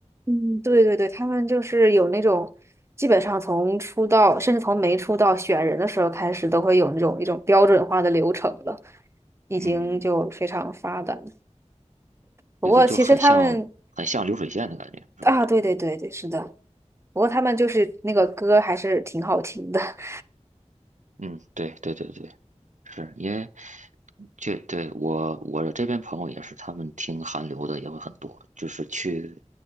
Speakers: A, on the right (about 20°); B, on the right (about 85°).
A: 嗯，对对对，他们就是有那种，基本上从出道，甚至从没出道选人的时候开始，都会有那种一种标准化的流程了，已经就非常发达了
B: 嗯，
A: 不过其实他们
B: 对对，就很像很像流水线的感觉是吧？
A: 啊，对对对对，是的，不过他们就是那个歌还是挺好听的。<laughs>
B: 嗯，对对对对。是因为这对我我这边朋友也是，他们听韩流的也会很多，就是去